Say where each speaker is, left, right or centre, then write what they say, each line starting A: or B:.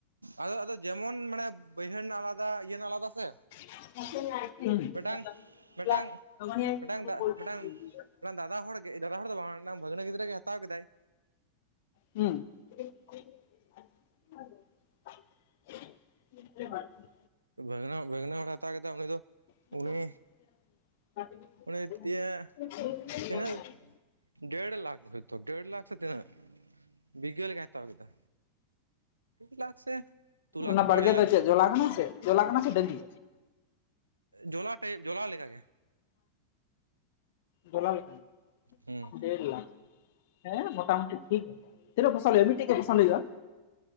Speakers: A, on the right; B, on the left.
A: ᱟᱫᱚ ᱟᱫᱚ ᱡᱮᱢᱚᱱ ᱢᱟᱱᱮ ᱵᱟᱹᱭᱦᱟᱹᱲ ᱨᱮᱱᱟᱜ ᱟᱞᱟᱫᱟ ᱤᱭᱟᱹ ᱨᱮᱱᱟᱜ ᱟᱞᱟᱫᱟ ᱥᱮ᱾
B: <unintelligible>
A: ᱢᱤᱫᱴᱟᱝ ᱢᱤᱫᱴᱟᱝ ᱢᱤᱫᱴᱟᱝ ᱫᱟᱜ ᱢᱤᱫᱴᱟᱝ ᱫᱟᱫᱟ ᱦᱚᱲ ᱜᱮ ᱫᱟᱫᱟ ᱦᱚᱲ ᱫᱚ ᱵᱟᱝ ᱢᱤᱫᱴᱟᱝ ᱵᱷᱟᱹᱜᱽᱱᱟ ᱜᱤᱫᱽᱨᱟᱹ ᱜᱮᱭ ᱦᱟᱛᱟᱣ ᱠᱮᱫᱟᱭ᱾
B: ᱦᱩᱸ᱾ <unintelligible>
A: ᱵᱷᱟᱹᱜᱽᱱᱟ, ᱵᱷᱟᱹᱜᱽᱱᱟ ᱦᱚᱲ ᱦᱟᱛᱟᱣ ᱠᱮᱫᱟ ᱩᱱᱤ ᱫᱚ
B: <unintelligible>
A: ᱩᱱᱤ ᱩᱱᱤ ᱛᱤᱭᱟᱹ ᱛᱤᱱᱟᱹᱜ ᱰᱮᱲ ᱞᱟᱠᱷ ᱦᱳᱭ ᱛᱚ ᱰᱮᱲ ᱞᱟᱠᱷ ᱥᱮ ᱛᱤᱱᱟᱹᱜ? ᱵᱤᱜᱷᱟᱹ ᱞᱮᱠᱟ ᱦᱟᱛᱟᱣ ᱠᱮᱫᱟ᱾ ᱰᱮᱲ ᱞᱟᱠᱷ ᱥᱮ ᱫᱩ ᱞᱟᱠᱷ
B: ᱚᱱᱟ ᱵᱟᱲᱜᱮ
A: ᱟᱹᱲᱟᱹᱭ ᱞᱟᱠᱷ
B: ᱫᱚ ᱪᱮᱫ ᱡᱚᱞᱟ ᱠᱟᱱᱟ ᱥᱮ ᱡᱚᱞᱟ ᱠᱟᱱᱟ ᱥᱮ ᱰᱟᱹᱦᱤ?
A: ᱡᱚᱞᱟ ᱴᱟᱭᱤᱯ ᱡᱚᱞᱟ ᱞᱮᱠᱟ ᱜᱮ᱾
B: ᱡᱚᱞᱟ ᱞᱮᱠᱟ
A: ᱦᱩᱸ
B: ᱰᱮᱲ ᱞᱟᱠᱷ᱾ ᱦᱮᱸ ᱢᱚᱴᱟ ᱢᱩᱴᱤ ᱴᱷᱤᱠ ᱜᱮ ᱛᱤᱱᱟᱜ ᱯᱷᱚᱥᱚᱞ ᱦᱩᱭᱩᱜ-ᱟ? ᱢᱤᱫᱴᱤᱡ ᱜᱮ ᱯᱷᱚᱥᱚᱞ ᱦᱩᱭᱩᱜ-ᱟ?